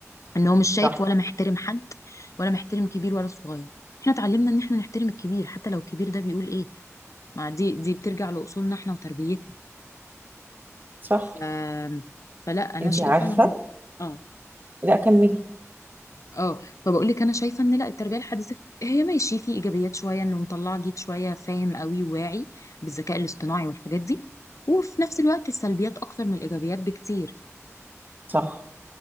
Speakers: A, on the left; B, on the right.
A: ان هو مش شايف
B: صح
A: ولا محترم حد ولا محترم كبير ولا صغير احنا اتعلمنا ان احنا نحترم الكبير حتى لو الكبير ده بيقول ايه ما دي دي بترجع لاصولنا احنا وتربيتنا
B: صح
A: ف... فلا انا
B: انتي
A: شايفه
B: عارفة
A: ان اه
B: لا كملي
A: اه فبقول لك انا شايفه ان لا التربيه الحديثه هي ماشي في ايجابيات شويه انه مطلعه جيل شويه فاهم قوي وواعي بالذكاء الاصطناعي والحاجات دي وفي نفس الوقت السلبيات اكتر من الايجابيات بكتير
B: صح